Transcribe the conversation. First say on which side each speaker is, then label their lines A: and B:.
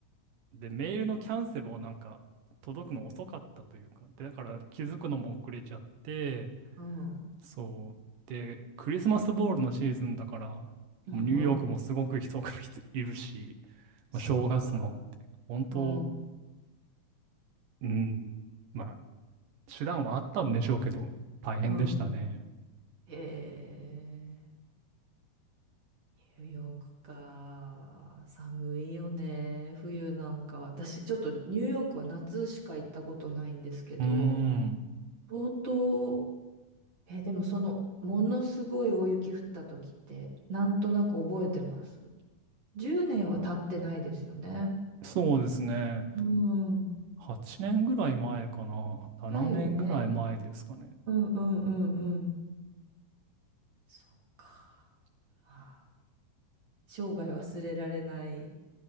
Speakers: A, on the right; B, on the right.
A: で、メールのキャンセルをなんか届くの遅かったというか、で、だから気づくのも遅れちゃって、
B: うん
A: そう、で、クリスマスボールのシーズンだから、もうニューヨークもすごく人が
B: うんうん。
A: <laughs> いるし、
B: そっか。
A: まあ、正月もって、本当、
B: うん
A: うん。まあ手段はあったんでしょうけど、大変でしたね。
B: うんうん。へえ、ニューヨークか。寒いよね。冬なんか。私、ちょっとニューヨークは夏しか行ったことないんですけど、
A: うーん。
B: 相当、え、でもその、ものすごい大雪降った時って、なんとなく覚えてます。10年は経ってないですよね。
A: そうですね。
B: うん。
A: 8年ぐらい前かな。7年ぐらい前ですかね。
B: だよね。うんうんうんうん。そっか。まあ生涯忘れられない